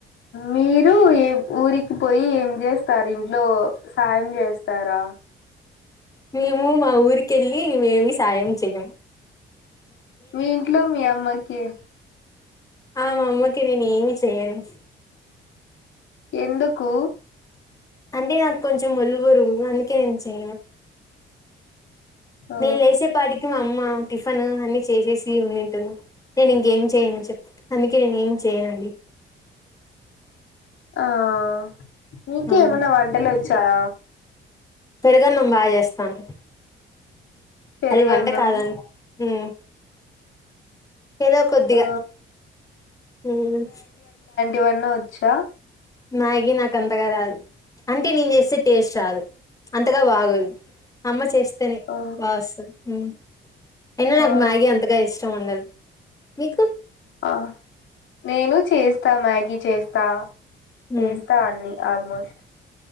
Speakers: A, on the left; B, on the left.
A: మీరు ఏ ఊరికి పోయి ఏం చేస్తారు. ఇంట్లో సాయం చేస్తారా.
B: మేము మా ఊరికేళ్ళి మేమి సాయం చేయమ్.
A: మీ ఇంట్లో మీ అమ్మకి.
B: ఆహ్ మా అమ్మకి నేను ఏమి చేయను.
A: ఎందుకు
B: అంటే నాకు కొంచెం ఒళ్ళు బరువు అందుకే నేను చెయను.
A: ఓ
B: నేను లేసేపాటికి మా అమ్మా. టిఫిన్ అన్ని చేసేసి ఉని ఉంటుంది. నేను ఇంకేం చేయను చెప్ అందుకే నేను ఏం చేయనండి.
A: ఆహ్. మీకేమన్నా
B: అవును
A: వంటలు వచ్చ్. చాయ.
B: పెరుగన్నం బాగా చేస్తాను.
A: పెరుగన్నం
B: అది వంట కాదండి. ఉమ్ ఏదో కొద్దిగా
A: ఓ
B: ఉమ్.
A: ఎవన్నా వచ్చా.
B: మ్యాగీ నాకు అంతగా రాదు. అంటే నేను చేస్తే టేస్ట్ రాదు. అంతగా బాగోదు అమ్మ చేస్తే. తనే
A: ఓ
B: బాగోస్తది. ఉమ్ అయినా నాకు
A: ఆ
B: మ్యాగీ అంతగా ఇష్టం ఉండదు. మీకు.
A: ఆహ్ నేను చేస్తా మ్యాగీ చేస్తా. చేస్తా
B: ఉమ్
A: అన్ని. ఆల్మోస్ట్.